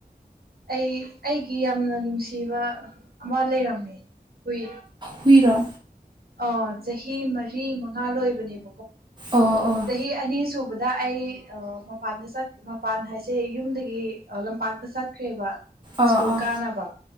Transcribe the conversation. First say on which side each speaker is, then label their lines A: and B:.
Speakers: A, on the right; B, on the right.
A: ꯑꯩ ꯑꯩꯒꯤ ꯌꯥꯝꯅ ꯅꯨꯡꯁꯤꯕ ꯑꯃ ꯂꯩꯔꯝꯃꯦ ꯍꯨꯏ
B: ꯍꯨꯏꯔ
A: ꯑ ꯆꯍꯤ ꯃꯔꯤ ꯃꯉꯥ ꯂꯣꯏꯕꯅꯦꯕ
B: ꯑꯣ ꯑꯣ
A: ꯆꯍꯤ ꯑꯅꯤ ꯁꯨꯕꯗ ꯗ ꯑꯩ ꯃꯄꯥꯟꯗ ꯃꯄꯥꯟ ꯍꯥꯏꯁꯦ ꯌꯨꯝꯗꯒꯤ ꯂꯝꯄꯥꯛꯇ ꯆꯠꯈ꯭ꯔꯦꯕ
B: ꯑꯥ
A: ꯁ꯭ꯀꯨꯜ
B: ꯑꯥ
A: ꯀꯥꯅꯕ